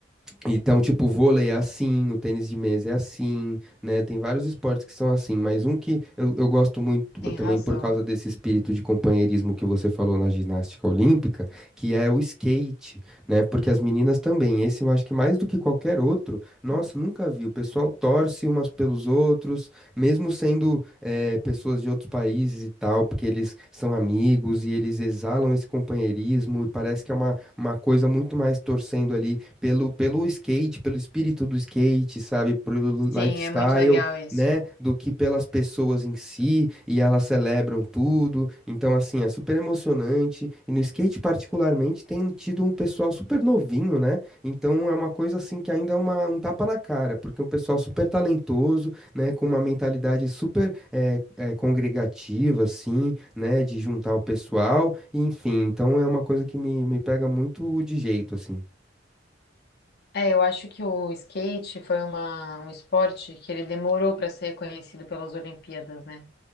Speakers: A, in the centre; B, on the left (about 55°).
A: Então, tipo, o vôlei é assim, o tênis de mesa é assim, né? Tem vários esportes que são assim, mas um que eu, eu gosto muito
B: Tem
A: também
B: razão.
A: por causa desse espírito de companheirismo que você falou na ginástica olímpica, que é o skate, né? Porque as meninas também, esse eu acho que mais do que qualquer outro, nossa, nunca vi. O pessoal torce umas pelos outros, mesmo sendo eh, pessoas de outros países e tal, porque eles são amigos e eles exalam esse companheirismo e parece que é uma, uma coisa muito mais torcendo ali pelo, pelo skate, pelo espírito do skate, sabe, pelo lifestyle,
B: Sim, é muito legal isso.
A: né, do que pelas pessoas em si, e elas celebram tudo. Então, assim, é super emocionante. E no skate, particularmente, tem tido um pessoal super novinho, né? Então, é uma coisa, assim, que ainda é uma, um tapa na cara, porque é um pessoal super talentoso, né, com uma mentalidade super eh, eh, congregativa, assim, né, de juntar o pessoal, enfim. Então, é uma coisa que me, me pega muito de jeito, assim.
B: É, eu acho que o skate foi uma, um esporte que ele demorou para ser reconhecido pelas Olimpíadas, né?